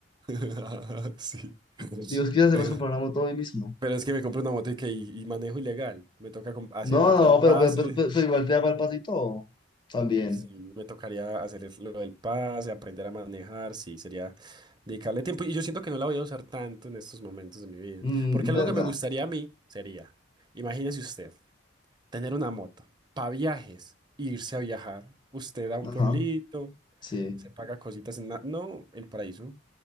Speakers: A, on the right; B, on the left.
A: <laughs> Sí.
B: Dios, quizás se
A: Eh,
B: puede comprar una moto hoy mismo.
A: pero es que me compré una moto y, que, y, y manejo ilegal. Me toca com- hacer-
B: No,
A: comprar
B: no,
A: el pase.
B: pero, pero, pero- pero- pero igual te da para el pasito también.
A: Sí, me tocaría hacer es- lo del pase, aprender a manejar, sí, sería dedicarle tiempo. Y yo siento que no la voy a usar tanto en estos momentos de mi vida.
B: Mm,
A: Porque algo
B: ¿verdad?
A: que me gustaría a mí sería, imagínese usted, tener una moto para viajes, irse a viajar. Usted a un
B: Ajá,
A: pueblito,
B: sí,
A: se paga cositas en... la- No, el paraíso.